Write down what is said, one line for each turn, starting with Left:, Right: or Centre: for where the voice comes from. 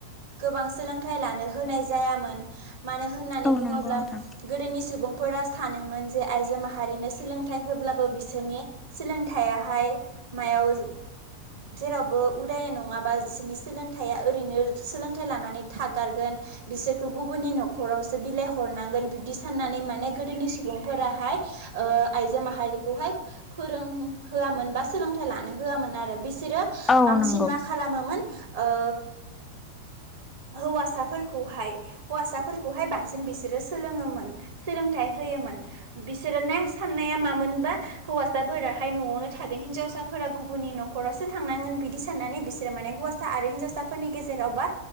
Right: गोबां सोलोंथाइ लानो होनाय नाय जायामोन मानो होननानै
Left: औ
Right: बुंङोब्ला
Left: नंगौ नोंथां।
Right: गोदोनि सुबुंफोरा सानोमोन जे आइजो माहा माहारिनो सोलोंथाइ होब्लाबो बिसोरनि सोलोंथायाहाय मायाव जेरावबो उदाय नंङाबा बिसोरनि सोलोंथाया ओरैनो सोलोंथाइ लानानै थागारगोन बिसोरखौ गुबुननि न'खरावसो बिलाइ हरनांगोन बिब्दि साननानै माने गोदोनि सुबुंफोराहाय ओ आइजो माहारिखौहाय फोरों होयामोन बा सोलोंथाइ लानो होआमोन आरो सोरो
Left: औ
Right: बांसिन
Left: नंगौ
Right: मा खालामोमोन ओ हौवासाफोरखौहाय हौवासाफोरखौहाय बांसिन बिसोरो सोलोङोमोन सोलोंथाइ हो होयोमोन बिसोर ने साननाया मामोनबा हौवसाफोराहाय न'आवनो थागोन हिनजावसाफोरा गुबुननि नख'रावसो थांनांगोन बिदि साननानै बिसोरो माने हौवासा आरो हिनजावसाफोरनि गेजेरावबा